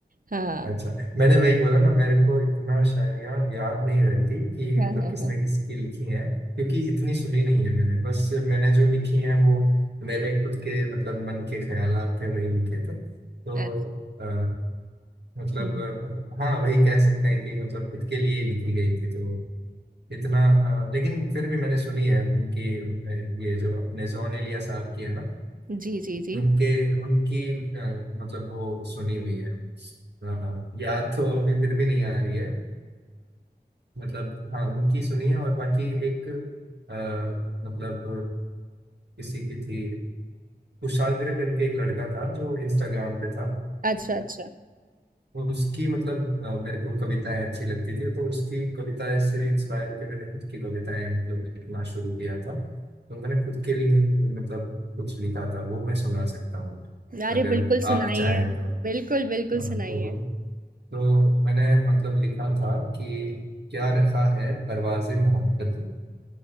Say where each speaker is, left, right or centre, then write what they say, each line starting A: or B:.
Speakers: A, on the right; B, on the right.
A: हाँ
B: अच्छा मैंने वही बोला ना मेरे को इतना शायरियाँ याद नहीं रहती कि
A: हाँ
B: मतलब
A: हाँ
B: किसने
A: हाँ
B: किसकी लिखी है क्योंकि इतनी सुनी नहीं है मैंने बस मैंने जो लिखी है वो मेरे खुद के मतलब मन के ख्यालात थे वही लिखे थे तो
A: अच्छा
B: अ, मतलब
A: हम्म,
B: हाँ वही कह सकते हैं कि मतलब खुद के लिए ही लिखी गई थी तो इतना अ, लेकिन फिर भी मैंने सुनी है उनकी अ, ये जो अपने जॉन एलिया साहब की है ना
A: जी जी जी
B: उनके उनकी अ, मतलब वो सुनी हुई है अ, याद तो अभी फिर भी नहीं आ रही है अ, मतलब हाँ उनकी सुनी है और बाकी एक अ, मतलब किसी की थी कुशाग्र करके एक लड़का था जो इंस्टाग्राम पे था
A: अच्छा अच्छा
B: उसकी मतलब अ, मेरे को कविताएं अच्छी लगती थी तो उसकी कविताएं से इंस्पायर होकर मैंने खुद की कविताएं मतलब लिखना शुरू किया था तो मैंने खुद के लिए मतलब कुछ लिखा था वो मैं सुना सकता हूँ
A: अरे
B: अगर
A: बिल्कुल सुनाइए
B: आप चाहें तो
A: बिल्कुल बिल्कुल
B: हाँ
A: सुनाइए
B: तो तो मैंने मतलब लिखा था कि क्या रखा है परवाज़ मोहब्बत में